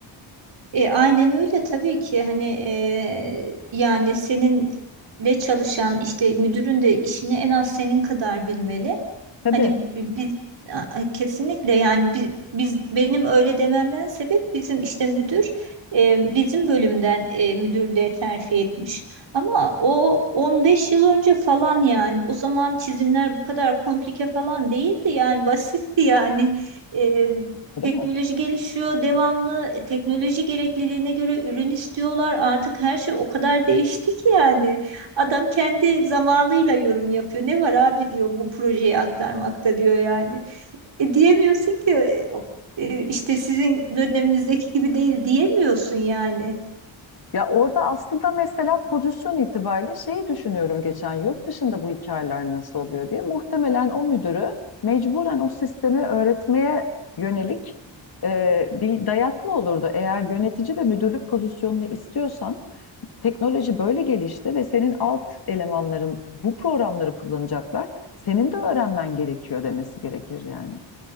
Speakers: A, on the right (about 65°); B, on the left (about 55°).
A: E, aynen öyle tabii ki hani e, yani seninle çalışan işte müdürün de işini en az senin kadar bilmeli.
B: Tabii.
A: Hani bi- biz a- kesinlikle yani biz, biz benim öyle dememden sebep bizim işte müdür e, bizim bölümden e, müdürlüğe terfi etmiş. Ama o 15 yıl önce falan yani o zaman çizimler bu kadar komplike falan değildi yani basitti yani. E,
B: Değil
A: teknoloji
B: mi?
A: gelişiyor devamlı e, teknoloji gerekliliğine göre ürün istiyorlar artık her şey o kadar değişti ki yani. Adam kendi zamanıyla yorum yapıyor. Ne var abi diyor bu projeyi aktarmakta diyor yani. E, diyemiyorsun ki e, o- e, işte sizin döneminizdeki gibi değil diyemiyorsun yani.
B: Ya orada aslında mesela pozisyon itibariyle şeyi düşünüyorum geçen yurt dışında bu hikayeler nasıl oluyor diye. Muhtemelen o müdürü mecburen o sistemi öğretmeye yönelik e, bir dayatma olurdu. Eğer yönetici ve müdürlük pozisyonunu istiyorsan teknoloji böyle gelişti ve senin alt elemanların bu programları kullanacaklar. Senin de öğrenmen gerekiyor demesi gerekir yani.